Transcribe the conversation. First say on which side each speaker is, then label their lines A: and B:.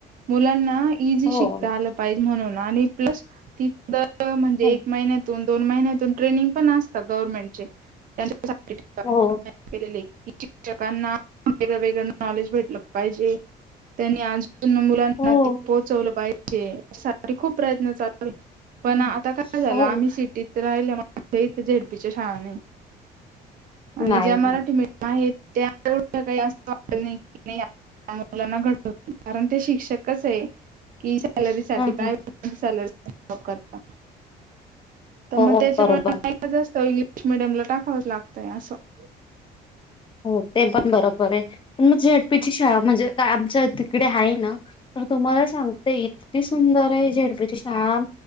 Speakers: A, on the right; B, on the left.
A: मुलांना ईजी
B: हो.
A: शिकता आल पाहीजे म्हणून, प्लस त म्हणजे
B: हो,
A: एक महिन्यात दोन, दोन महिन्यातून ट्रेनिंग पण असतात गवर्नमेंटचे. त्यां
B: हो,
A: केलेले. शिक्षकांना वेगळं, वेगळं नॉलेज भेटलं पाहिजे, त्यांनी आ मुलांना
B: हो,
A: ते पोहोचवलं पाहिजे, या सासाठी खूप प्रयत्न चालत पण
B: हो,
A: आता काय झालं,
B: हो.
A: आम्ही सिटीत राहिल म्ह इथे झेडपीच्या शाळाने, आणि
B: नाही,
A: ज्या मराठी
B: नाही.
A: मिडीयम आहेत. ते आमच्या पिढीला काही असं वाटत नाही की, आपल्या मुलांना घडवतो कारण ते शिक्षक कस ये की साठी
B: हं,
A: काय,
B: हं.
A: सॅलरी साठी काम करता. तर
B: हो,
A: मग त्याच्यामुळे
B: बरोबर.
A: मुलांना जास्त इंग्लिश मिडियमला टाकावंच लागतय, आसंऽऽ
B: हो, ते पण बरोबर हा ये, पण मग झे एड पीची शाळा म्हणजे आमच्या तिकडे आहे ना? तर तुम्हाला सांगते, इतकी सुंदर आहे, झेडपची शाळा